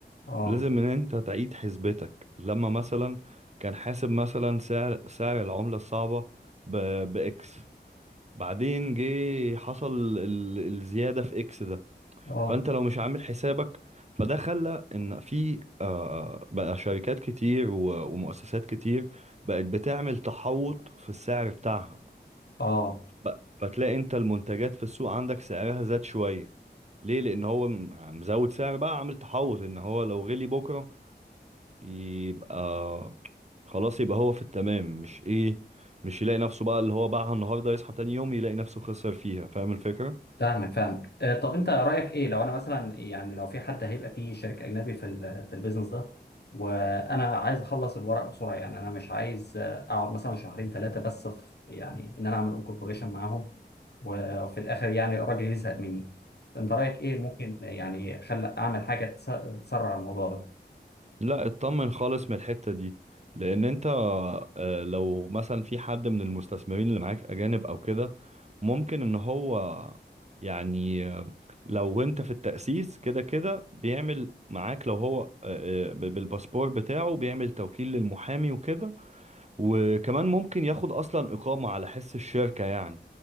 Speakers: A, on the left (about 65°); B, on the right (about 40°).
A: اه
B: لازم ان انت تعيد حسبتك لما مثلا كان حاسب مثلا سعر سعر العملة الصعبة ب... باكس بعدين جه حصل ال... الزيادة في اكس ده
A: اه
B: فانت لو مش عامل حسابك فده خلى ان في آه، آه، بقى شركات كتير و- ومؤسسات كتير بقت بتعمل تحوط في السعر بتاعها
A: اه
B: ب- فتلاقي انت المنتجات في السوق عندك سعرها زاد شوية ليه لان هو م- مزود سعر بقى عامل تحوط ان هو لو غلي بكرة يبقى خلاص يبقى هو في التمام مش ايه مش يلاقي نفسه بقى اللي هو باعها النهارده يصحى تاني يوم يلاقي نفسه خسر فيها فاهم الفكرة؟
A: فاهمك فاهمك آه، طب انت رايك ايه لو انا مثلا يعني لو في حد هيبقى فيه شريك اجنبي في ال- في البيزنس ده وانا عايز اخلص الورق بسرعه يعني انا مش عايز آه، اقعد مثلا شهرين ثلاثه بس في يعني ان انا اعمل انكوربوريشن معاهم وفي الاخر يعني الراجل يزهق مني انت رايك ايه ممكن يعني خل اعمل حاجه تس- تسرع الموضوع ده
B: لا اطمن خالص من الحتة دي لان انت آه، لو مثلا في حد من المستثمرين اللي معاك اجانب او كده ممكن ان هو يعني آه، لو انت في التأسيس كده كده بيعمل معاك لو هو آه، آه، بالباسبور بتاعه بيعمل توكيل للمحامي وكده وكمان ممكن ياخد اصلا اقامة على حس الشركة يعني